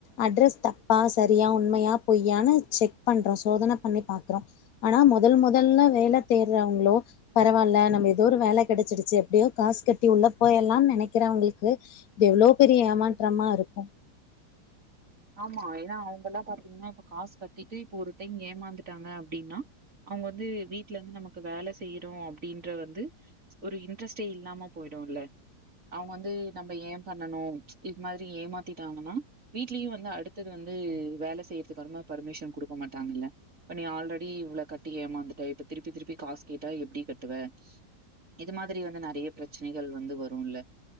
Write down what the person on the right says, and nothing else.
ஆமா ஏனா அவுங்கல்லா பாத்தீங்ன்னா இப்ப காஸ் கட்டீட்டு இப்ப ஒரு டைம் ஏமாந்துட்டாங்க அப்டின்னா அவுங் வந்து வீட்லர்ந்து நமக்கு வேல செய்யறோ அப்டின்ற வந்து ஒரு இன்ட்ரெஸ்ட்டே இல்லாம போய்டு இல்ல அவுங் வந்து நம்ம ஏ பண்ணனு இத் மாதிரி ஏமாத்திட்டாங்கன்னா வீட்லயு வந்து அடுத்தது வந்து வேல செய்யறதுக்கற்மா பர்மிஷன் குடுக்க மாட்டாங்கில்ல இப்ப நீ ஆல்ரெடி இவ்ள கட்டி ஏமாந்துட்ட இப்ப திருப்பி திருப்பி காசஸ் கேட்டா எப்டி கட்டுவே இது மாதிரி வந்து நெறைய பிரச்சனைகள் வந்து வரு இல்ல